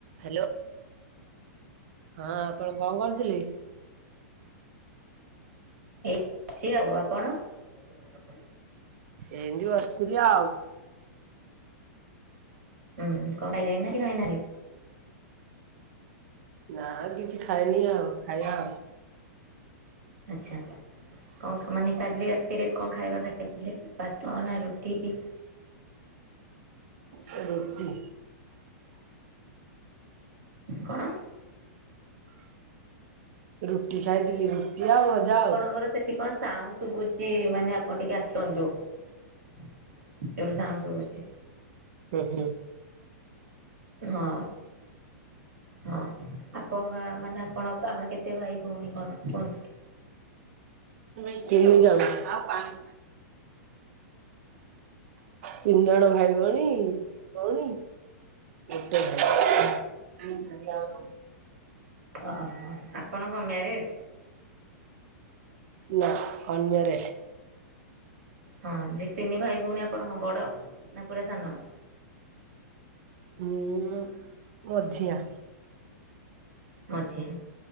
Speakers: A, on the right (about 60°); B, on the right (about 75°).
A: Hello ହଁ ଆପଣ କଣ କରୁଥିଲେ?
B: ଏଇ ଛି ଆଉ ଆପଣ? ହ <inaudible>
A: ଏମିତି ବସିଥିଲି ଆଉ।
B: ହୁଁ କାଇ ଲ ନା କି କାଇ ନ <unintelligible>
A: ନା କିଛି ଖାଇନି ଆଉ ଖାଇଆ ଆଉ।
B: ଆଚ୍ଛା କଣ ମାନେ କାଲି ରାତିରେ କଣ ଖାଇବା ଖାଇ ଇଥିଲେ ଭାତ ନା ରୁଟି କି
A: ର <inaudible>
B: କଣ?
A: ରୁଟି ଖାଇଥିଲି ରୁଟି ଆଉ ଭଜା ଆଉ।
B: ସେଠିକ <inaudible> ସାଉଣ୍ଡ୍ ଶୁଭୁଛି ମାନେ ଆପଣ ଟିକେ ଆସନ୍ତୁ ଯୋଉଠି ସାଉଣ୍ଡ୍ ଶୁଭୁଛି।
A: ଓୁ ହୋ <inaudible>
B: ହଁ। ହଁ ଆପଣଙ୍କ ମାନେ ଆପଣ ଆପଣ କେତେ ଭାଈ ଭଉଣୀ କଣ କୁହନ୍ତୁ?
A: <unintelligible> ତିନି ଜଣ ଭାଇ ଭଉଣୀ ଭଉଣୀ <inaudible>
B: ହଁ ଓହୋ ଆପଣ କଣ ମ୍ୟାରେଡ?
A: ନା ଅନମ୍ୟାରେଡ।
B: ହଁ ଯେ ତିନି ଭାଇ ଭଉଣୀ ଆପଣଙ୍କ ବଡ ନା ପୁରା ସାନ?
A: ମୁଁ ମଝିଆ।
B: ମଝିଆ